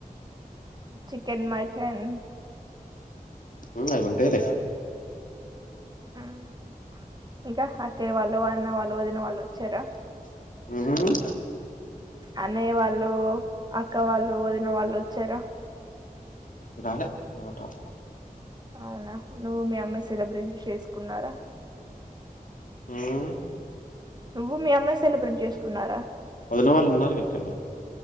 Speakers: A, on the right (about 30°); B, on the left (about 60°).
A: చికెన్, మటన్
B: ఉమ్ అవి ఉంటాయిలే
A: ఉమ్ హు ఇంకా అక్కయ్య వాళ్ళు అన్న వాల్ వదిన వాళ్ళు వచ్చారా
B: మ్మ్
A: అన్నయ్య వాళ్ళు అక్క వాళ్ళు వదిన వాళ్ళు వచ్చారా
B: రాలే ఎవరు రాలా
A: అవునా నువ్వు మీ అమ్మే సెలబ్రేట్ చేసుకున్నారా
B: ఉమ్
A: నువ్వు మీ అమ్మే సెలబ్రేట్ చేసుకున్నారా
B: వదిన వాళ్ళు ఉన్నారుగా ఇక్కడనే